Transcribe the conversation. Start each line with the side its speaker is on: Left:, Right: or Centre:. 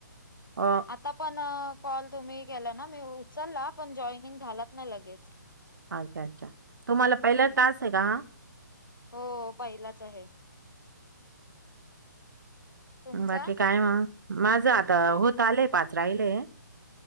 Right: अ
Left: आता पण कॉल तुम्ही केला ना मी उ उचलला पण जॉईनिंग झालाचं नाही लगेच
Right: च्छा अच्छा तुम्हाला पहिले टास आहे का हा?
Left: हो पहिलाच आहे. तुमचा?
Right: म बाकी काय म माझं आता होत आलंय पाच राहिले.